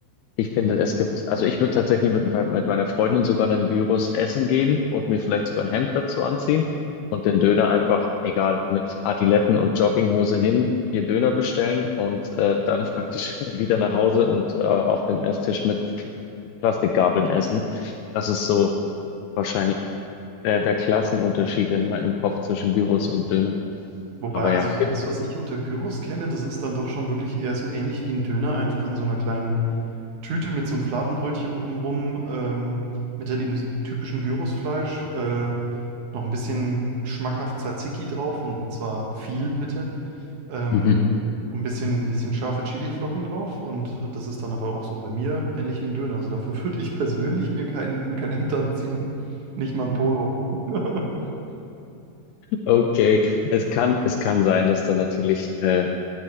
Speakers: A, on the left; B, on the right.
A: Ich finde, es gibt, also ich würde tatsächlich mit, mit meiner Freundin sogar einen Gyros essen gehen und mir vielleicht sogar ein Hemd dazu anziehen und den Döner einfach, egal, mit Adiletten und Jogginghose hin, vier Döner bestellen und äh, dann praktisch <laughs> wieder nach Hause und äh, auf dem Esstisch mit, mit Plastikgabeln essen. Das ist so wahrscheinlich der, der Klassenunterschied in meinem Kopf zwischen Gyros und Döner.
B: Wobei,
A: Aber ja,
B: also so
A: gibt
B: das, was ich unter Gyros kenne, das ist dann doch schon wirklich eher so ähnlich wie ein Döner, einfach in so einer kleinen Tüte mit so einem Fladenbrötchen drumrum, ähm, mit halt eben diesem typischen Gyrosfleisch, äh, noch ein bisschen schmackhaft Tzatziki drauf und zwar viel bitte. Ähm,
A: <laughs>
B: ein bisschen, bisschen scharfe Chiliflocken drauf. Und äh, das ist dann aber auch so bei mir ähnlich wie ein Döner. Also dafür <laughs> würde ich persönlich mir keinen kein Hemd anziehen. Nicht mal ein Polo. <laughs>
A: Okay, es kann, es kann sein, dass da natürlich äh,